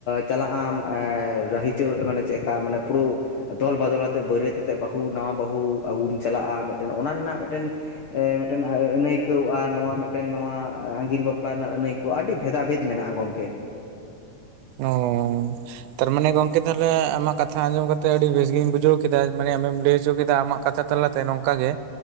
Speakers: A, on the left; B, on the right.
A: ᱪᱟᱞᱟᱜ ᱟᱢ ᱮ ᱨᱟᱹᱦᱤ ᱪᱟᱹ ᱢᱟᱱᱮ ᱪᱮᱠᱠᱟ ᱢᱟᱱᱮ ᱯᱩᱨᱟᱹ ᱫᱚᱞ ᱵᱟᱫᱚᱞ ᱟᱛᱮᱫ ᱵᱟᱹᱨᱭᱟᱹᱛᱮᱫ ᱵᱟᱹᱦᱩ ᱱᱟᱣᱟ ᱵᱟᱹᱦᱩ ᱟᱹᱜᱩᱚᱢ ᱪᱟᱞᱟᱜᱼᱟ ᱢᱤᱫᱴᱮᱱ ᱚᱱᱟ ᱨᱮᱱᱟᱜ ᱢᱤᱫᱴᱮᱱ ᱢᱤᱱᱴᱮᱱ ᱟᱹᱱᱟᱭᱠᱟᱹᱣ ᱟᱨ ᱱᱚᱣᱟ ᱢᱤᱱᱴᱮᱱ ᱱᱚᱣᱟ ᱟᱸᱜᱤᱨ ᱵᱟᱯᱞᱟ ᱨᱮᱱᱟᱜ ᱟᱹᱱᱟᱹᱭ ᱠᱟᱹᱣ ᱟᱹᱰᱤ ᱵᱷᱮᱫᱟ ᱵᱷᱮᱫ ᱢᱮᱱᱟᱜᱼᱟ ᱜᱚᱝᱠᱮ᱾
B: ᱚ᱾ ᱛᱟᱨᱢᱟᱱᱮ ᱜᱚᱝᱠᱮ ᱛᱟᱦᱚᱞᱮ ᱟᱢᱟᱜ ᱠᱟᱛᱷᱟ ᱟᱸᱡᱚᱢ ᱠᱟᱛᱮᱜ ᱟᱹᱰᱤ ᱵᱮᱥᱜᱤᱧ ᱵᱩᱡᱷᱟᱹᱣ ᱠᱮᱫᱟ ᱢᱟᱱᱮ ᱟᱢᱮᱢ ᱞᱟᱹᱭ ᱦᱚᱪᱚ ᱠᱮᱫᱟ ᱟᱢᱟᱜ ᱠᱟᱛᱷᱟ ᱛᱟᱞᱟᱛᱮ ᱱᱚᱝᱠᱟ ᱜᱮ